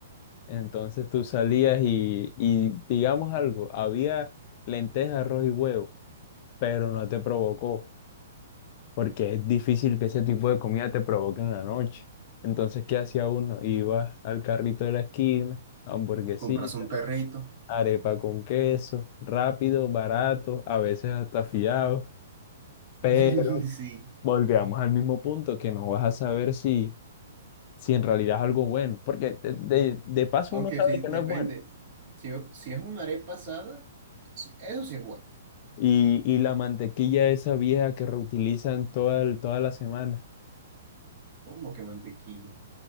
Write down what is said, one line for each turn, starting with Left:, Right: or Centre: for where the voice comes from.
Left: Entonces tú salías y, y digamos algo, había lentejas, arroz y huevo, pero no te provocó, porque es difícil que ese tipo de comida te provoque en la noche. Entonces, ¿qué hacía uno? Iba al carrito de la esquina, hamburguesita,
Right: compras un perrito.
Left: arepa con queso, rápido, barato, a veces hasta fiado, pero
Right: <laughs> Sí,
Left: volvíamos al mismo punto que no vas a saber si, si en realidad es algo bueno, porque de, de de paso
Right: aunque
Left: uno sabe
Right: sí,
Left: que
Right: depende.
Left: no es bueno
Right: Si, si es una arepa asada, eso sí es bueno.
Left: Y, y la mantequilla esa vieja que reutilizan toda, el- toda la semana.
Right: Como que mantequilla.